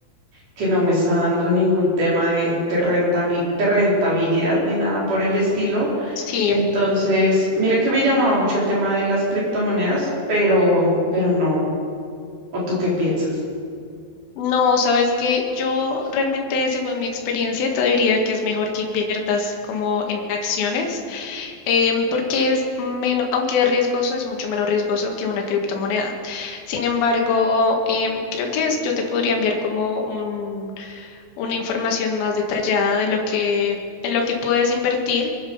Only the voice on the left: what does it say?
Sí.
No, sabes que yo realmente, según mi experiencia, te diría que es mejor que inviertas como en acciones. em, porque es menos, aunque es riesgoso, es mucho menos riesgoso que una criptomoneda. Sin embargo, em, creo que es, yo te podría enviar como un- una información más detallada de lo que, en lo que puedes invertir